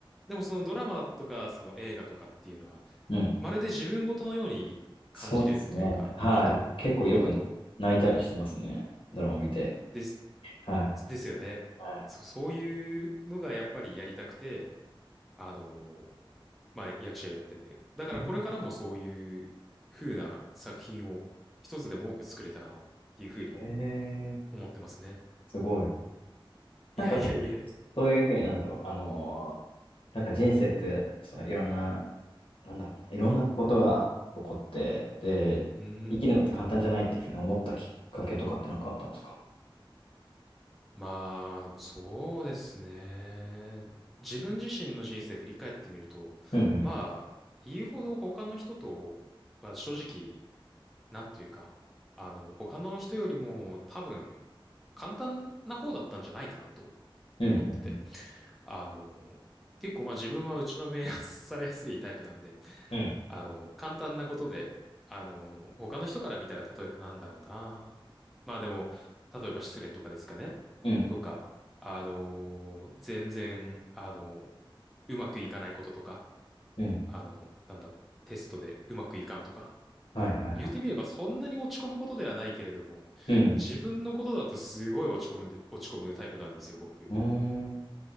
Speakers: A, in the centre; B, on the left (about 75°).
A: でもそのドラマとか、その映画とかっていうのは、
B: うん。
A: まるで自分ごとのように感じれるというか、
B: そうですね。はい。
A: いいとこ、いいものだと、
B: 結構よく泣いたりしてますね。ドラマ見て。
A: です、
B: はい。
A: いですよね。
B: はい。
A: そ、そういうのがやっぱりやりたくて、あの、まあ、役者をやってて。だからこれからもそういう風な作品を一つでも多く作れたらなっていう風に
B: うん。えー、
A: 思ってますね。
B: すごい。なんかその、
A: いやいやいや。
B: そういうふうになんだろう。あのーなんか人生って、そのいろんな、なんだろうな、いろんなことが起こって、で、
A: うん。
B: 生きるのって簡単じゃないっていうふうに思ったきっかけとかってなんかあったんですか
A: まあ、でもそうですね。自分自身の人生振り返ってみると、
B: うんうん。
A: まあ、言うほど他の人とは正直、なんというか、あの、他の人よりも多分簡単な方だったんじゃないかなと思ってて。
B: うんうんうん。
A: あの、結構まあ自分は打ちのめされやすいタイプなんで、
B: うん
A: あの、簡単なことで、あの、他の人から見たら例えばなんだろうな。まあでも、例えば失恋とかですかね。
B: うん
A: とか、あの、全然、あの、うまくいかないこととか、
B: うん。
A: あの、なんだろう、テストでうまくいかんとか、
B: はいはいはい。
A: 言ってみればそんなに落ち込むことではないけれども、
B: うん。
A: 自分のことだとすごい落ち込むんで、落ち込むタイプなんですよ、僕。
B: うーん。